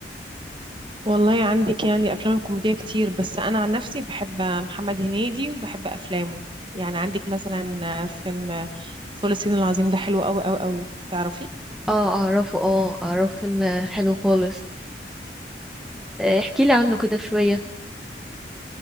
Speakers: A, on the right; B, in the centre.
A: والله عندك يعني أفلام كوميدية كتير بس أنا عن نفسي بحب محمد هنيدي وبحب أفلامه يعني عندك مثلا فيلم فول الصين العظيم ده حلو أوي أوي أوي تعرفي
B: اه اعرفه اه اعرفه فيلم آه، حلو خالص احكي لي عنه كده شويه